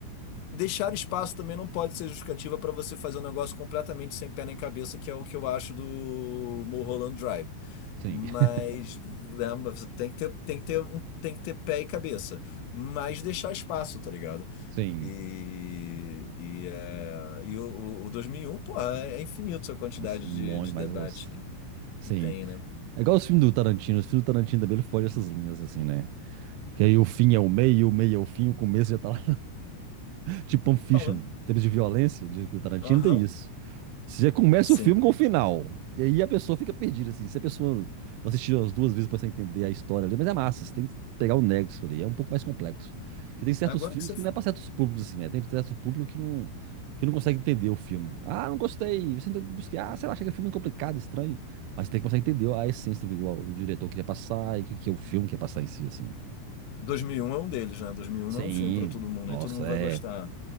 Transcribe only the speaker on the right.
Sim,
<laughs>
sim.
Nossa, é bom
demais,
eu gosto.
Sim.
É igual os filmes do Tarantino. Os filmes do Tarantino também ele foge dessas linhas, assim, né? Que aí o fim é o meio, o meio é o fim, o começo já tá lá Tipo Pulp Fiction,
em termos de violência, de do Tarantino,
tem isso. Você já começa
o filme com o final. E aí a pessoa fica perdida, assim. Se a pessoa não assistiu as duas vezes pra você entender a história ali, mas é massa, você tem que pegar o nexo ali, é um pouco mais complexo. Porque tem certos
filmes
que não é pra certos públicos, assim, né? Tem certo público que não, que não consegue entender o filme. Ah, não gostei. Você tenta buscar, ah, sei lá, achei que é filme complicado, estranho. Mas você tem que começar a entender a essência do que o o diretor queria passar e o que, que é o filme quer passar em si, assim.
Sim,
nossa,
é